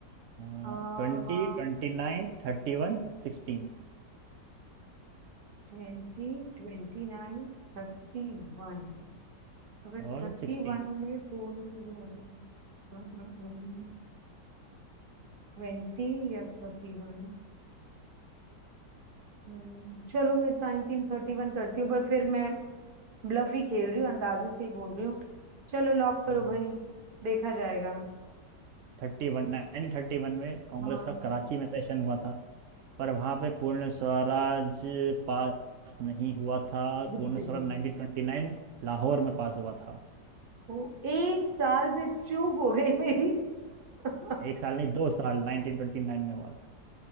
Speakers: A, on the right; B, on the right.
A: twenty
B: आ
A: twenty nine thirty one sixteen
B: twenty twenty nine thirty one अगर
A: और
B: थर्टी
A: सिक्सटीन
B: वन में पूर्ण ट्वेंटी या थर्टी वन हम्म, चलो मैं नाइनटीन थर्टी वन करती हूँ पर फिर मैं ब्लफ ही खेल रही हूँ अंदाजे से ही बोल रही हूँ चलो लॉक करो
A: हम्म,
B: भाई देखा जाएगा
A: thirty one Nineteen thirty one में कांग्रेस
B: हाँ
A: का कराची में सेशन हुआ था पर वहाँ पे पूर्ण स्वराज पास नहीं हुआ था
B: खुद
A: Purna
B: करिए
A: Swaraj nineteen twenty nine Lahore में पास हुआ था
B: ओ, एक साल से चूक हो गई मेरी <laughs>
A: एक साल नहीं दो साल नाइनटीन ट्वेंटी नाइन में हुआ था